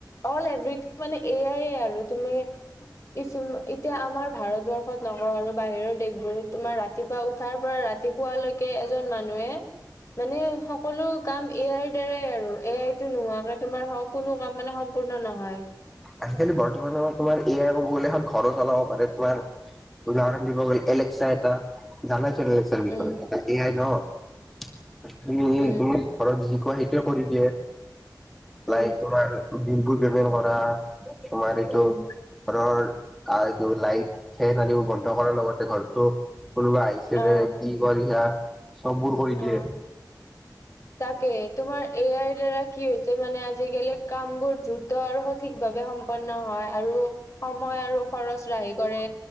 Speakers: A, on the left; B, in the centre.
A: অল এভ্ৰিথিং মানে এ আইয়ে আৰু তুমি কিছুমান এতিয়া আমাৰ ভাৰতবৰ্ষত নকওঁ আৰু বাহিৰৰ দেশ বোৰত তোমাৰ ৰা ৰাতিপুৱা উঠাৰ পৰা ৰাতি শুৱালৈকে এজন মানুহে মানে সকলো কাম এ আইৰ দ্বাৰাই আৰু এ আই টো নোহোৱাকে তোমাৰ কোনো কাম মানে সম্পূৰ্ণ নহয়।
B: আজিকালি বৰ্তমান সময়ত তোমাৰ এ আই কব গ'লে এখন ঘৰো চলাব পাৰে তোমাৰ উদাহৰণ দিব গ'লে এলেক্সা এটা জানা <unintelligible>
A: উম
B: এ আই ন তুমি
A: উম
B: ঘৰত যি কোৱা সেইটোয়ে কৰি দিয়ে
A: উম
B: লাই তোমাৰ ডিম্পু ট্ৰেভেল কৰা তোমাৰ এইটো
A: উম
B: ঘৰৰ আৰু এইটো লাইট ফেন আদিবাসী বন্ধ কৰাৰ লগতে ঘৰতো কোনবা আহিছে
A: অ
B: নে কি কৰিছা চববোৰ কৰি
A: অ
B: দিয়ে
A: তাকে তোমাৰ এ আইৰ দ্বাৰা কি হৈছে মানে আজিকালি কাম বোৰ দ্ৰুত আৰু সঠিক ভাৱে সম্পন্ন হয় আৰু সময় আৰু খৰচ ৰাহি কৰে,